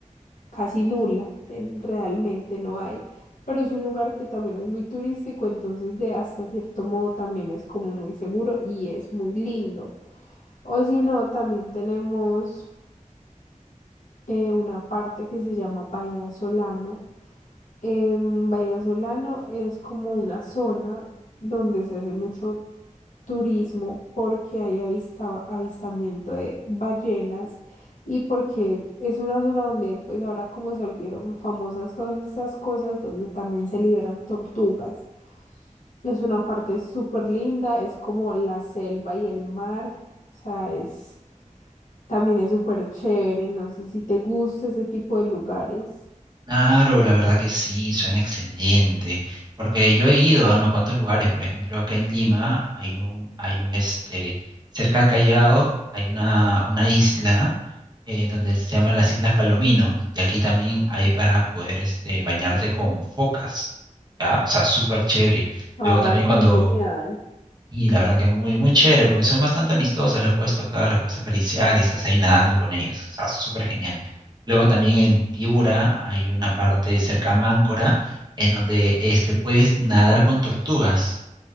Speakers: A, on the left (about 75°); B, on the right (about 30°).
A: casi nula, en- realmente no hay, pero es un lugar que también es muy turístico, entonces de hasta cierto modo también es como muy seguro y es muy lindo. O si no, también tenemos eh, una parte que se llama Bahía Solano. Em, Bahía Solano es como una zona donde se hace mucho turismo porque hay avista- avistamiento de ballenas y porque es una zona donde pues ahora como se volvieron famosas todas estas cosas donde también se liberan tortugas. Es una parte súper linda, es como la selva y el mar, o sea, es también es súper chévere, no sé si te gusta ese tipo de lugares.
B: Claro, la verdad que sí, suena excelente. Porque yo he ido a unos cuantos lugares, por ejemplo, acá en Lima hay un, hay un, este, cerca al Callao hay una, una isla eh, donde se llama las Islas Palominos. Y aquí también hay para poder, este, bañarte con focas, ¿ya? O sea, súper chévere.
A: Ay,
B: Luego también cuando
A: qué genial.
B: y la verdad que es muy, muy chévere porque son bastante amistosas, las puedes tocar, las puedes acariciar y estás ahí nadando con ellas. O sea, súper genial. Luego también en Piura hay una parte cerca a Máncora en donde este, puedes nadar con tortugas.